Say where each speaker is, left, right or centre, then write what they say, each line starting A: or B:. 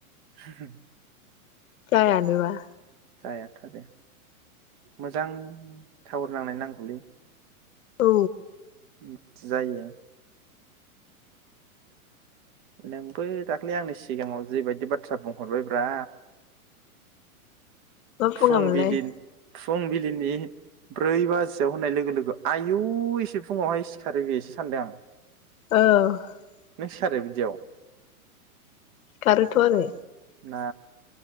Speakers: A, on the right; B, on the left.
A: <inaudible>
B: जायानोबा
A: जायाथ आरो मोजां टावार नांनाय नांगौलै।
B: औ।
A: ओम जायो। नोंबो दाख्ललि आंनि सिगाङाव जेबायदि बाथ्रा बुंहरबायब्रा
B: मा बुङा
A: फुंबिलि
B: मोनलाय?
A: फुंबिलिनि ब्रै बाजियाव होननाय लोगो लोगो आयु एसे फुङावहाय सिखारो बेसो सानदों आं।
B: औ
A: नों‌ सिखारो बिदियाव?
B: सिखारो थ'आरो।
A: ना